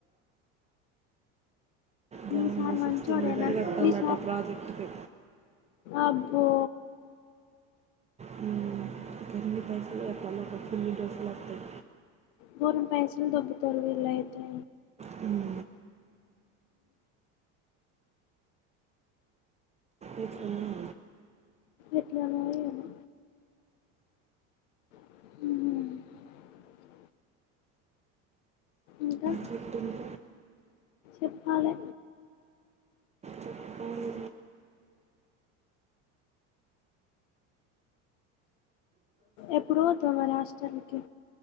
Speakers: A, on the right; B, on the left.
A: వామ్మో
B: మీ సార్
A: సిక్స్
B: మంచోడేనా
A: ఉనాది కట్టాలట
B: మీ సార్
A: ప్రాజెక్టుకి
B: అబ్బో
A: హమ్ గంలీ పైసలు అలకు ఫుల్లు డ్రస్సులు వొత్తాయి
B: గోరం పైసలు దొబ్బుతారు వీలు అయితే
A: హమ్ ఎం చేయమ్మారి
B: ఎట్లానో ఏమో మ్ ఇంకా
A: చెటింట
B: చెప్పాలి
A: చెప్పాలి
B: ఎప్పుడు పోతవా రాష్ట్రానికి